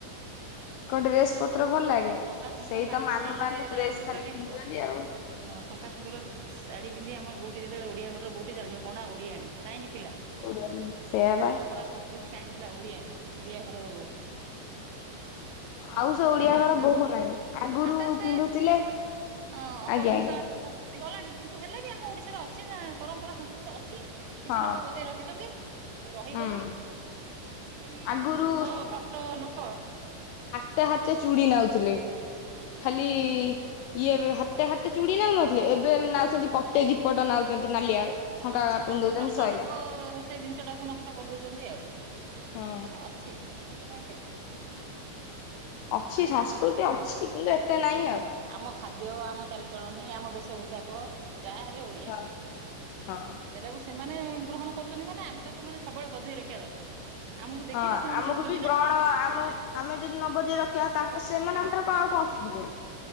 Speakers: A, on the left; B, on the right.
A: ଙ୍କ
B: <inaudible>
A: ଡ୍ରେସ ପତ୍ର
B: ଶଙ୍ଖା
A: ଭଲ ଲାଗେ
B: ଶଙ୍ଖା ସୁନ୍ଦର
A: ସେଇ
B: ଶାଢୀ
A: ତ ମାନୁନାହାନ୍ତି
B: ପିନ୍ଧେଇ ବୋଉଠି ଯେତେବେଳେ
A: ଡ୍ରେସ
B: ଆମର
A: ଖାଲି
B: ଚାଲିଯିବ
A: ପିନ୍ଧୁଛନ୍ତି ଆଉ।
B: ହଁ ଶଙ୍କା ସୁନ୍ଦର ଶାଢୀ ପିନ୍ଧି ଆମ ବୋଉଠିତେବେଳେ ଓଡିଆ ଘର ବୋଉି ଚାଯିବ କଣା ଓଡିଆ ଆଣି କାହିଁକି ଥିଲା
A: ଓଡିଆ ସେଇଆ ବା
B: ପରମ୍ପରା ସଂସ୍କୃତି କାହିଁ ଥିଲା ଓଡିଆଣ ଓଡିଆ ଘରର ବୋଉ
A: ଆଉ ସେ ଓଡିଆ ଘର
B: ଆସ୍ତେ
A: ବୋହୁ
B: ଆସ୍ତେ
A: ନାହିଁ ଆଗରୁ
B: ଆସ୍ତେ ଆସ୍ତେ
A: ପିନ୍ଧୁଥିଲେ
B: ହଁ ଅପଭ୍ରଂଶ
A: ଆଜ୍ଞା ଆଜ୍ଞା
B: ଆଡକୁ ସଂସ୍କୃତି ଗଲାଣି କିନ୍ତୁ ହେଲେ ବି ଆମ ଓଡିଶାର ଅଛି ନା ପରମ୍ପରା ସଂସ୍କୃତି ଅଛି କିଛି
A: ହଁ
B: ଲୋକ ବଧେଇ ରଖିଛନ୍ତି ଆଉ ରହିବ
A: ହୁଁ
B: ବି ଆଉ କିଛି
A: ଆଗରୁ
B: ପଥ ଭ୍ରଷ୍ଟ ଲୋକ
A: ହ ହାତ ଚୁଡ଼ି ନଉଥିଲେ ଖାଲି ଇଏ ହାତ ହାତ ଏେ ଚୁଡ଼ି ନଉ ନଥିଲେ ଏବେ ନାଉଛନ୍ତି ପଟେ ଦୀପଟ ନାଉଛନ୍ତି ନାଲିଆ ଶଙ୍କା
B: କିଛି
A: ପିନ୍ଧଉଛନ୍ତି
B: ପଥ ଭ୍ରଷ୍ଟ
A: ସଇଲା
B: ଲୋକ ସେ ଜିନିଷ ଟାକୁ ନଷ୍ଟ କରିଦଉଛନ୍ତି ଆଉ
A: ହୁଁ
B: ମାନେ ଅଛି ସଂସ୍କୃତି ନାଇଁ କାହିଁ
A: ଅଛି ଶାସ୍କତି ଅଛି କିନ୍ତୁ ଏଟା ନାଇଁ ଆଉ
B: ଆମ ଖାଦ୍ୟ ଆମ ଚାଲିଚଳନି ଆମ ବେଶ ପୋଷାକ ଯାହା ହେଲେ ଓଡିଆଁ
A: ହଁ ହଁ।
B: ସେଟାକୁ ସେମାନେ ଗ୍ରହଣ କରୁଛନ୍ତି, ମାନେ ଆମେ ତାକୁ ମାନେ ସବୁବେଳେ ବଜେଇ ରଖିବା ଦରକାର। ଆମକୁ ଦେଖି
A: ହଁ
B: ତ ସେମାନେ
A: ଆମକୁ
B: ଶିଖୁଛନ୍ତି
A: ବି
B: ନା
A: ଗ୍ରହଣ
B: ହୁଁ
A: ଆମେ ଆମେ ଯଦି ନ ବଜେଇ ରଖିବା ତାଙ୍କ୍ ସେମାନଙ୍କଠାରୁ କ ଆଉ କଣ ଶିଖିବେ?